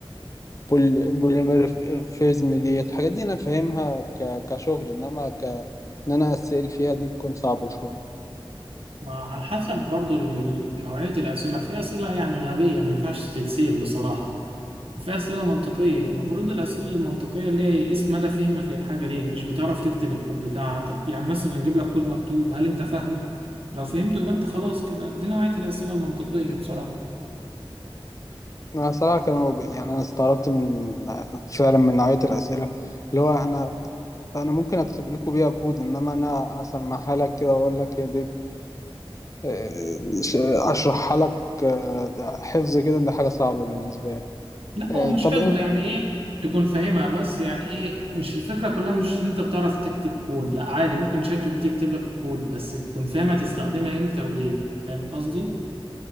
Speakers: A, on the left; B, on the right.
A: والبوليمورفيزم دي الحاجات دي انا فاهمها ك- كشغل انما ك ان انا اسال فيها دي تكون صعبة شوية
B: ما على حسب برضو ال- نوعية الأسئلة في أسئلة يعني غبية ما ينفعش تتسأل بصراحة وفي أسئلة منطقية المفروض الأسئلة المنطقية اللي هي يقيس مدى فهمك للحاجة دي مش بتعرف تكتب الكود بتاعك يعني مثلا نجيب لك كود مكتوب هل أنت فاهمه؟ لو فهمته يبقى أنت خلاص كده دي نوعية الأسئلة المنطقية بصراحة
A: انا صراحة كانوا ب- يعني انا استغربت من فعلا من نوعية الاسئلة اللي هو انا انا ممكن اكتب لكم بيها كود انما انا اسمعها لك كده واقول لك هي دي آه، ش- اشرحها لك آه، ده حفظ كده ده حاجه صعبه بالنسبه لي
B: لا
A: آه،
B: هو مش
A: طب
B: حفظ
A: انت
B: يعني إيه تكون فاهمها بس يعني إيه مش الفكرة كلها مش إن أنت بتعرف تكتب كود لا عادي ممكن شات جي بي تي يكتب لك الكود بس تكون فاهمة تستخدمها إمتى وليه فاهم قصدي؟